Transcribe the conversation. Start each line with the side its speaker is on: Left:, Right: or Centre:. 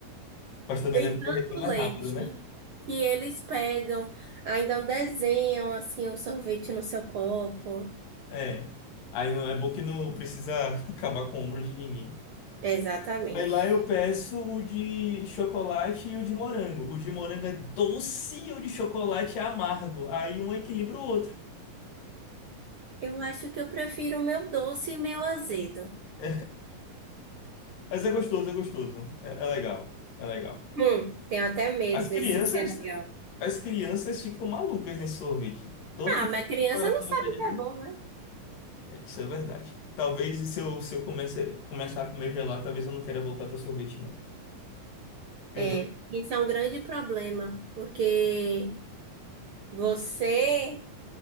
Left: Mas também
Right: tem
Left: deve
Right: tanto
Left: derreter mais
Right: leite,
Left: rápido, né?
Right: que eles pegam, ainda desenham assim um sorvete no seu copo.
Left: É. Aí não é bom que não precisa <laughs> acabar com o ombro de ninguém.
Right: Exatamente.
Left: Aí lá eu peço o de chocolate e o de morango. O de morango é doce e o de chocolate é amargo. Aí um equilibra o outro.
Right: Eu acho que eu prefiro o meu doce e meu azedo.
Left: <laughs> Mas é gostoso, é gostoso. É, é legal, é legal.
Right: Hum, tenho até medo
Left: As
Right: desse
Left: crianças,
Right: que é legal.
Left: as crianças ficam malucas nesse sorvete. Todo
Right: Ah,
Left: dia.
Right: mas criança
Left: pra
Right: não
Left: sorvete
Right: sabe o que é
Left: de-
Right: bom, né?
Left: É, isso é verdade. Talvez se eu, se eu comece, começar a comer gelado, talvez eu não queira voltar para sorvete, não. Então,
Right: É, isso é um grande problema, porque você